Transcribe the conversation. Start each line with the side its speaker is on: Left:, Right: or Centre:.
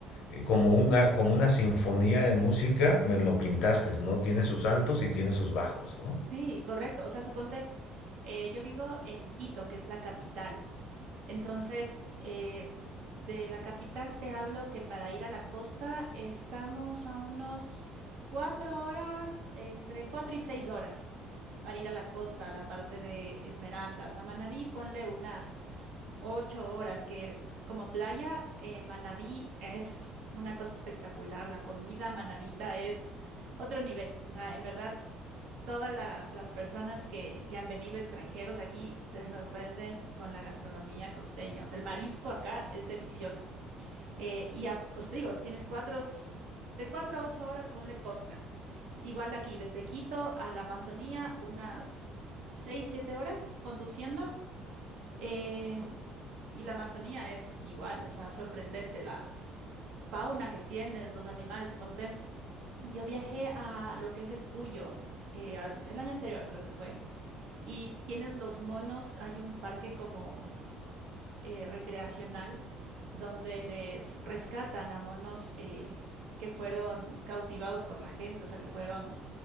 Left: eh, como una, como una sinfonía de música, me lo pintaste, ¿no? Tiene sus altos y tiene sus bajos, ¿no?
Right: sí, correcto. O sea, suponte, eh, yo vivo en Quito, que es la capital. Entonces, eh, de la capital te hablo que para ir a la costa estamos a unos cuatro horas, entre cuatro y seis horas, para ir a la costa, a la parte de Esmeraldas. A Manabí ponle unas ocho horas, que como playa, eh, Manabí es una cosa espectacular. La comida manabita es otro nivel. O sea, en verdad Todas la- las personas que, que han venido extranjeros aquí se sorprenden con la gastronomía costeña. O sea, el marisco acá es delicioso. Eh, y, a- o sea, te digo, tienes cuatro, s- de cuatro a ocho horas, ponle costa. Igual de aquí, desde Quito a la Amazonía, unas seis, siete horas conduciendo. Eh, y la Amazonía es igual, o sea, sorprendente la fauna que tienes, los animales, suponte. Yo viajé a lo que es el Puyo, eh, al- el año anterior creo que fue y tienes los monos, hay un parque como eh, recreacional donde les rescatan a monos eh, que fueron cautivados por la gente, o sea, que fueron